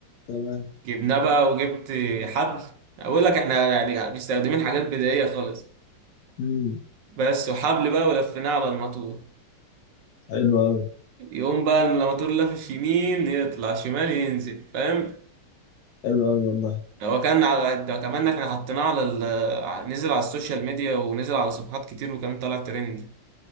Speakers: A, on the left; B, on the right.
A: تمام
B: جبناه بقى وجبت حبل اقول لك احنا يعني مستخدمين حاجات بدائية خالص
A: امم
B: بس وحبل بقى ولفيناه على الماتور
A: حلو قوي
B: يقوم بقى الموتور لافف يمين يطلع شمال ينزل فاهم
A: <laughs> حلو قوي والله ان
B: هو كان على ده كمان احنا حطيناه على ال... ع- نزل على السوشيال ميديا ونزل على صفحات كتير وكان طالع ترند